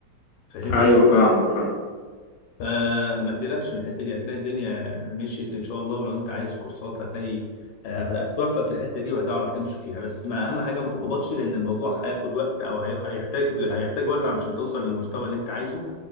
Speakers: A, on the left (about 85°); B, on the left (about 65°).
A: فاهمني
B: ايوه فاهمك فاهم
A: فما تقلقش من الحته دي هتلاقي الدنيا مشيت ان شاء الله ولو انت عايز كورسات هتلاقي آه، هتتوفق في الحته دي وهتعرف تمشي فيها بس ما اهم حاجه ما تحبطش لان الموضوع هياخد وقت او هي- هيحتاج هيحتاج وقت علشان توصل للمستوى اللي انت عايزه